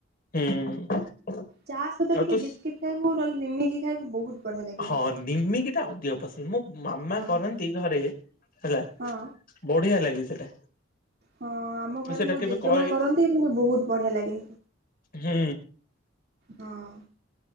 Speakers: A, on the left; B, on the right.
A: ହୁଁ।
B: ଚା ସହିତ
A: ଆଉ
B: ଟିକେ
A: ତୁ
B: ବିସ୍କିଟ ଖାଇବୁ ନହେଲେ ନିମିକି ଖାଇବୁ ବହୁତ୍ ବଢ଼ିଆ ଲାଗିବ।
A: ହଁ ନିମିକି ଟା ଅଧିକ ପସନ୍ଦ ମୋ ମାମା
B: ହଁ।
A: କରନ୍ତି ଘରେ ହେଲା।
B: ହଁ
A: ବଢ଼ିଆ ଲାଗେ ସେଟା।
B: ହଁ ଆମ
A: ତୁ
B: ଘରେ
A: ସେଟା
B: ମୋ
A: କେବେ
B: ଜେଜେମା
A: କହି
B: କରନ୍ତି ମୋ ବହୁତ୍ ବଢ଼ିଆ ଲାଗେ।
A: ହୁଁ
B: ହଁ।